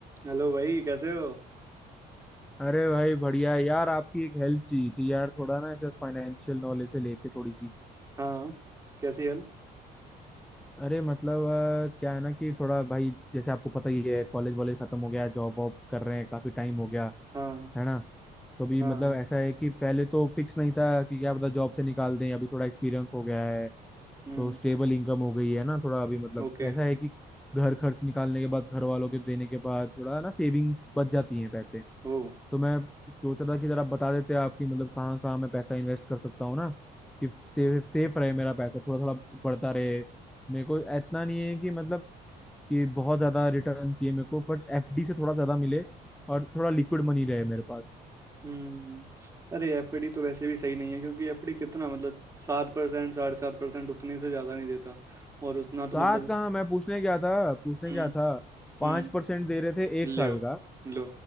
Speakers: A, on the right; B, in the centre.
A: Hello भाई कैसे हो
B: अरे भाई बढ़िया है यार आपकी एक हेल्प चाहिए थी यार थोड़ा ना ऐसे फाइनेंशियल नॉलेज से लेके थोड़ी सी
A: हाँ कैसी हेल्प
B: अरे मतलब अ, क्या है ना कि थोड़ा भाई जैसे आपको पता ही है कॉलेज वॉलेज खत्म हो गया जॉब वॉब कर रहे हैं काफी टाइम हो गया
A: हाँ
B: है ना तो भी
A: हाँ
B: मतलब ऐसा है कि पहले तो फिक्स नहीं था कि क्या पता जॉब से निकाल दें अभी थोड़ा एक्सपीरियंस हो गया है
A: हम्म
B: तो स्टेबल इनकम हो गई है ना थोड़ा अभी मतलब
A: ओके
B: ऐसा है कि घर खर्च निकालने के बाद घर वालों के देने के बाद थोड़ा ना सेविंग्स बच जाती हैं पैसे
A: ओ
B: तो मैं सोच रहा था कि जरा बता देते आपकी मतलब कहाँ कहाँ मैं पैसा इन्वेस्ट कर सकता हूँ ना कि सेफ सेफ रहे मेरा पैसा थोड़ा थोड़ा बढ़ता रहे मेरे को इतना नहीं है कि मतलब कि बहुत ज्यादा रिटर्न चाहिए मेरे को बट एफडी से थोड़ा ज्यादा मिले और थोड़ा लिक्विड मनी रहे मेरे पास
A: हम्म अरे एफडी तो वैसे भी सही नहीं है क्योंकि एफडी कितना मतलब सात परसेंट साढ़े सात परसेंट उतने से ज़्यादा नहीं देता और उतना तो मतलब
B: साथ कहाँ मैं पूछने गया था पूछने
A: हम्म
B: गया था पांच
A: हम्म
B: परसेंट दे रहे थे एक साल
A: ले
B: का
A: लो